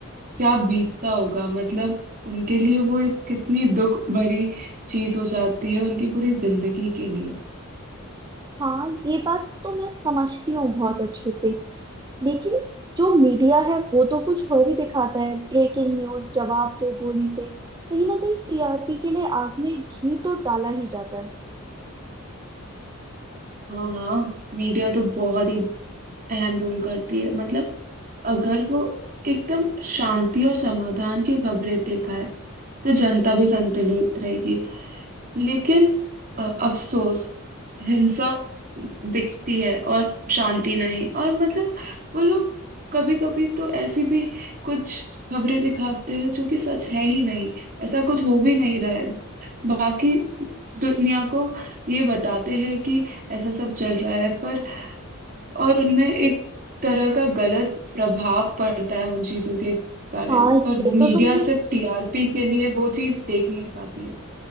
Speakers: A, on the right (about 40°); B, on the right (about 20°).
A: क्या बीतता होगा मतलब उनके लिए वो एक कितनी दुख भरी चीज हो जाती है उनकी पूरी जिंदगी के लिए
B: हाँ ये बात तो मैं समझती हूँ बहुत अच्छे से लेकिन जो मीडिया है वो तो कुछ और ही दिखाता है ब्रेकिंग न्यूज जवाब दो गोली से कहीं ना कहीं टीआरपी के लिए आग में घी तो डाला ही जाता है
A: हाँ हाँ मीडिया तो बहुत ही अहम रोल करती है मतलब अगर वो एकदम शांति और समाधान की खबरें दिखाए तो जनता भी संतुलित रहेगी लेकिन अ, अफसोस हिंसा बिकती है और शांति नहीं और मतलब वो लोग कभी कभी तो ऐसी भी कुछ खबरें दिखाते हैं जो कि सच है ही नहीं ऐसा कुछ हो भी नहीं रहा है बाकी दुनिया को ये बताते हैं कि ऐसा सब चल रहा है पर और उनमें एक तरह का गलत प्रभाव पड़ता है उन चीजों के कारण
B: हाँ
A: पर
B: ये
A: वो मीडिया
B: तो तुमने
A: सिर्फ टीआरपी के लिए वो चीज देख नहीं पाती है